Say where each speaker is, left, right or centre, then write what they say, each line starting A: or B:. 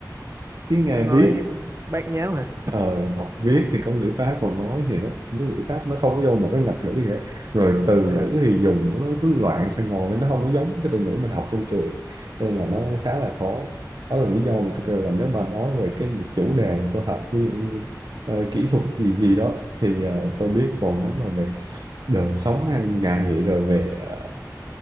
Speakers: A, on the right; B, on the right.
A: tiếng
B: nó
A: Nga
B: nói
A: viết
B: bát nháo hả
A: ờ, viết thì có ngữ pháp còn nói thì nó nó ngữ pháp nó không có vô một cái ngạch ngữ gì hết rồi từ
B: à
A: ngữ thì dùng nó cứ loạn sang ngồi lên nó không có giống cái từ ngữ mình học trên trường nên là nó khá là khó đó là lý do mà tôi kêu là nếu mà nói về cái chủ đề mà tôi học ví dụ như ờ, kỹ thuật gì gì đó thì ờ, tôi biết còn nếu mà về đời sống hàng ngày rồi về ờ,